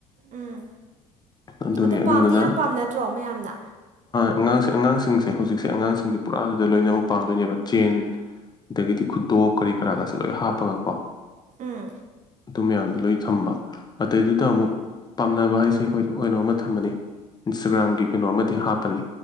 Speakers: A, on the right (about 45°); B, on the left (about 20°).
A: ꯎꯝ
B: ꯑꯗꯨꯅꯤ
A: ꯑꯗꯨ
B: ꯑꯗꯨꯗꯨꯅ
A: ꯄꯥꯝꯗꯤ ꯌꯥꯝ ꯄꯥꯝꯅꯗ꯭ꯔꯣ ꯃꯌꯥꯝꯅ
B: ꯑꯉꯥꯡꯁꯦ ꯑꯉꯥꯡꯁꯤꯡꯁꯦ ꯍꯧꯖꯤꯛꯁꯦ ꯑꯉꯥꯡꯁꯤꯡꯁꯦ ꯄꯨꯔꯥꯗꯨꯗ ꯂꯣꯏꯅꯃꯛ ꯄꯥꯝꯗꯣꯏꯅꯦꯕ ꯆꯦꯟ ꯑꯗꯒꯤꯗꯤ ꯈꯨꯇꯣꯞ ꯀꯔꯤ ꯀꯔꯥꯒꯁꯦ ꯂꯣꯏ ꯍꯥꯞꯄꯒ ꯀꯣ
A: ꯎꯝ
B: ꯎ ꯑꯗꯨ ꯃꯌꯥꯝꯗꯣ ꯂꯣꯏꯅ ꯊꯝꯕ ꯑꯗꯩꯗꯨꯗ ꯑꯃꯨꯛ ꯄꯥꯝꯅꯕ ꯍꯥꯏꯁꯦ ꯑꯩꯈꯣꯏ ꯀꯩꯅꯣ ꯑꯃ ꯊꯝꯃꯅꯤ ꯏꯟꯁꯇꯒ꯭ꯔꯥꯝꯒꯤ ꯀꯩꯅꯣ ꯑꯃꯗꯤ ꯍꯥꯞꯄꯅꯤ